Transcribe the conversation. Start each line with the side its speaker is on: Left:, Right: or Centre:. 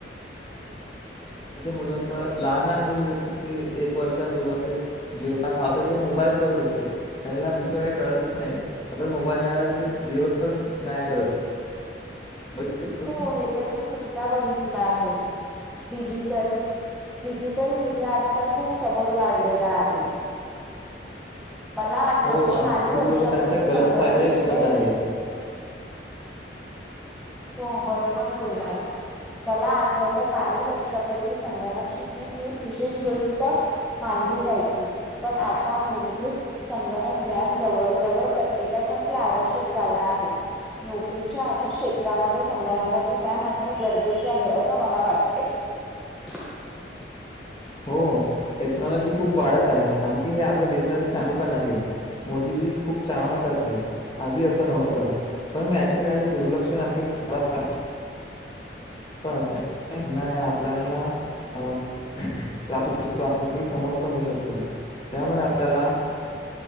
Left: मुल तर. लहान-लहान मुलं जस की एक वर्ष. दोन वर्षे. जेवताना हातात ते मोबाईल. बघत असते. त्यांना दुसरं काही कळतच नाही, अगर मोबाईल नाही आला तर, ते जेवण पण नाही करत. बघितलीस तू
Centre: हो, हे तर मी खुपदा बघितलं आहे. डिजिटल डिजिटल मीडिया आजकाल खूप समोर वाढलेला आहे. मला आठवते,
Left: हो आणखी
Centre: काही
Left: खूप
Centre: वर्षापूर्वी
Left: लोक त्यांचा गलत
Centre: संगणक
Left: फायदाही
Centre: शिकणं
Left: उचलत
Centre: ही
Left: आहे
Centre: हो बरोबर बोललास. मला आठवत, काही वर्षापूर्वी संगणक शिकणे ही एक विशेष गोष्ट मान ली जायची. मूलभूत संगणक ग्यान जवळ जवळ प्रत्येकासाठी आवश्यक झालं आहे. नोकरीच्या अनेक क्षे त्रामध्ये संगनकाचे ज्ञान असणे गरजेचे आहे, असं मला वाटते. <inaudible>
Left: हो टेक्नॉलॉजी खूप वाढत आहे. आणखी हे आपल्या देशासाठी चांगली पण आहे. मोदीजी खूप चांगला करत आहेत. आधी असं नव्हतं. पण म याचे काही दुर्लक्ष आणखी खराब काम पण असतय ना, आपल्यानला अ त्रास होऊ शकतो, आणखी समोर पण होऊ शकतो, त्यामुळे आपल्याला